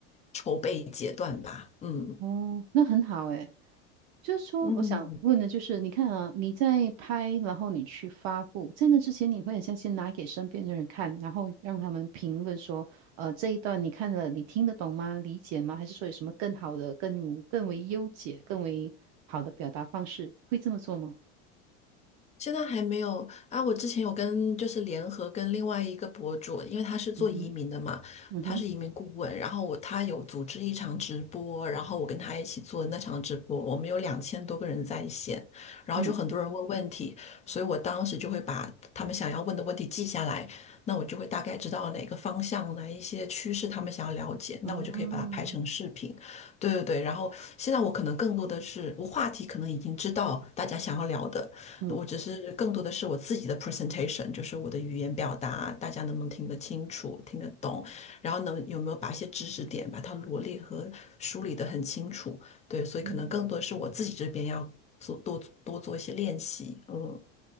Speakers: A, on the left; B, on the right.
A: 筹备阶段吧，嗯。
B: 哦，那很好诶。就是说，
A: 嗯，
B: 我想问的就是，你看啊，你在拍，然后你去发布，在那之前，你会很像先拿给身边的人看，然后让他们评论说，呃，这一段你看了，你听得懂吗？理解吗？还是说有什么更好的、更更为优解、更为好的表达方式？会这么做吗？
A: 现在还没有啊，我之前有跟就是联合跟另外一个博主，因为他是做移民的嘛，
B: 嗯哼，嗯哼，
A: 他是移民顾问，然后我他有组织一场直播，然后我跟他一起做那场直播，我们有两千多个人在线，然后就很多人问问题，
B: 嗯
A: 所以我当时就会把他们想要问的问题记下来，那我就会大概知道哪个方向哪一些趋势他们想要了解，
B: 啊，
A: 那我就可以把它拍成视频。对对对，然后现在我可能更多的是，我话题可能已经知道大家想要聊的。
B: 嗯。
A: 我只是更多的是我自己的 presentation，就是我的语言表达，大家能不能听得清楚、听得懂，然后能有没有把一些知识点把它罗列和梳理得很清楚。对，所以可能更多是我自己这边要做多多做一些练习。
B: 嗯
A: 嗯，